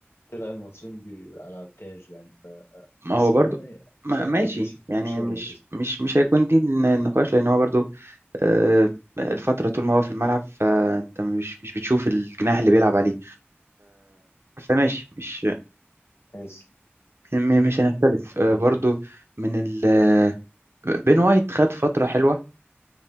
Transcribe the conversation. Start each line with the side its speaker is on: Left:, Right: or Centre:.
Left: طلع الماتشين بي على الكاج يعني بس
Right: ما هو برضو
Left: هو ما-
Right: ما
Left: فريقه
Right: ماشي
Left: كسب
Right: يعني
Left: مش هو
Right: مش
Left: اللي كسب
Right: مش مش هيكون دي النقاش لان هو برضو آه الفترة طول ما هو في الملعب فانت مش مش بتشوف الجناح اللي بيلعب عليه فماشي مش
Left: <laughs> بس
Right: م- مش هنختلف آه،
Left: آه،
Right: برضو من ال آه، بين وايت خد فترة حلوة